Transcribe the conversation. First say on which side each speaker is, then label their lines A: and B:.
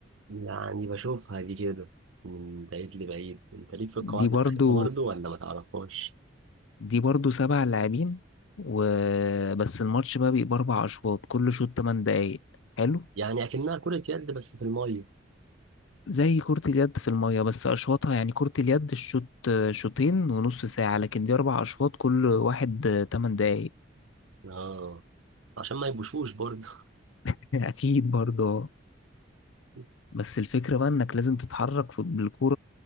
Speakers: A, on the right; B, on the left.
A: يعني بشوفها دي كده من بعيد لبعيد انت ليك في القواعد
B: دي
A: بتاعتها
B: برضو
A: برضه ولا ما تعرفهاش
B: دي برضو سبع لاعبين وبس الماتش بقى بيبقى أربع أشواط كل شوط تمن دقايق حلو
A: يعني اكنها كره يد بس في الميه
B: زي كرة اليد في المية بس أشواطها يعني كرة اليد الشوط شوطين ونص ساعة لكن دي أربع أشواط كل واحد تمن دقايق
A: اه عشان ما يبوشوش برضه
B: <laughs> أكيد برضه
A: <laughs>
B: بس الفكرة بقى إنك لازم تتحرك في- بالكرة